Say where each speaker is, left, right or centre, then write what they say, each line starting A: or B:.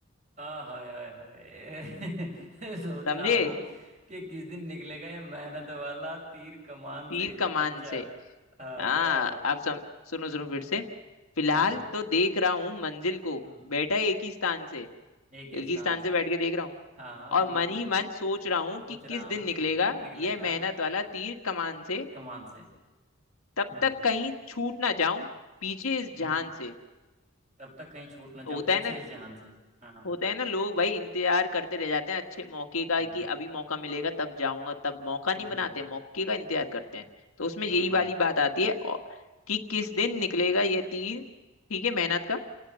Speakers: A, on the right; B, on the left.
A: आ हाय हाय हाय <laughs> सोच
B: समझे
A: रहा हूँ कि किस दिन निकलेगा ये मेहनत वाला तीर कमान
B: तीर
A: से
B: कमान
A: अच्छा
B: से
A: हाँ
B: हाँ
A: वाह वाह
B: अब सम, सुनो सुनो फिर से फिलहाल
A: हम्म
B: तो देख रहा हूँ मंजिल को
A: हम्म
B: बैठा एक ही स्थान से
A: एक ही
B: एक
A: स्थान
B: ही स्थान
A: से
B: से बैठ के देख रहा हूँ
A: हाँ हाँ बिल्कुल
B: और मन
A: बिल्कुल
B: ही मन सोच रहा हूँ
A: सोच
B: कि
A: रहा
B: किस
A: हूँ
B: दिन निकलेगा
A: किस दिन निकलेगा
B: यह मेहनत वाला तीर कमान से
A: कमान से
B: तब
A: हम्म
B: तक कहीं छूट ना जाऊं पीछे इस
A: हम्म
B: जहान से
A: तब तक कहीं छूट ना जाऊं
B: होता
A: पीछे
B: है ना
A: इस जहान से हाँ
B: होता है ना लोग भाई इंतजार करते रह जाते हैं अच्छे मौके का
A: हम्म
B: कि
A: हम्म
B: अभी मौका मिलेगा तब जाऊंगा तब मौका
A: हम्म
B: नहीं बनाते
A: हम्म
B: मौके का इंतजार करते हैं तो उसमें
A: हम्म
B: यही वाली
A: हम्म,
B: बात आती है और कि किस दिन निकलेगा ये तीर ठीक है मेहनत का